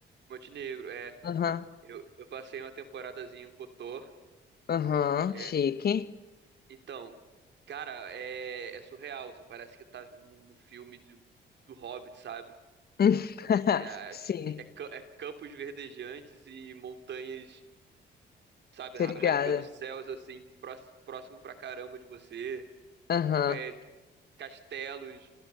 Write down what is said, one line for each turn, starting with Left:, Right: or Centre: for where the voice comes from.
Right: Montenegro, é.
Left: Aham,
Right: Eu, eu passei uma temporadazinha em Kotor,
Left: aham,
Right: que
Left: chique.
Right: é. Então, cara, é, é surreal. Você parece que tá num, num filme de- do Hobbit, sabe?
Left: <laughs>
Right: É,
Left: Sim,
Right: é ca- é campos verdejantes e montanhas sabe,
Left: tô
Right: ra-
Left: ligada.
Right: rasgando os céus assim, prós- próximo pra caramba de você,
Left: Aham.
Right: é, castelos